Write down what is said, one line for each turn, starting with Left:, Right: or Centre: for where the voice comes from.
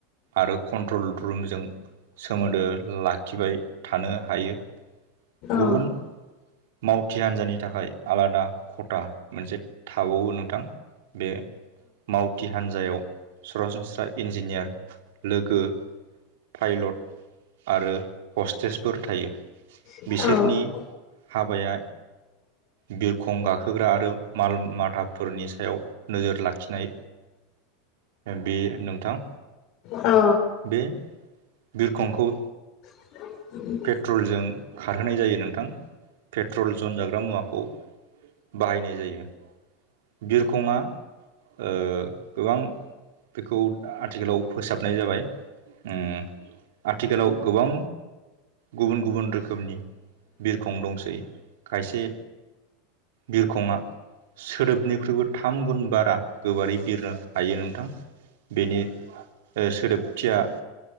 Right: आरो कन्ट्रल रुमजों सोमोन्दो लाखिबाय थानो हायो गुबुन
Left: औ
Right: मावथि हान्जानि थाखाय आलादा खथा मोनसे थाबावो नोंथां। बे मावथि हान्जायाव सरासनस्रा इन्जिनियार लोगो पाइलट आरो हस्टेसफोर थायो।
Left: औ
Right: बिसोरनि
Left: औ
Right: हाबाया बिरखं गाखोग्रा आरो माल माथाफोरनि सायाव नोजोर लाखिनाय बे नोंथां।
Left: औ।
Right: बे बिरखंखौ
Left: <inaudible>
Right: पेट्रलजों खारहोनाय जायो नोंथां। पेट्रल जनजाग्रा मुवाखौ बाहायनाय जायो। बिरखंआ ओ गोबां बेखौ आथिखालाव फोसाबनाय जाबाय। उम आथिखालाव गोबां गुबुन गुबुन रोखोमनि बिरख खं दंसै। खायसे बिरखङा सोदोबनिख्रुइबो थाम गुन बारा गोबारै बिरनो हायो नोंथां। बेनि ओ सोदोबथिया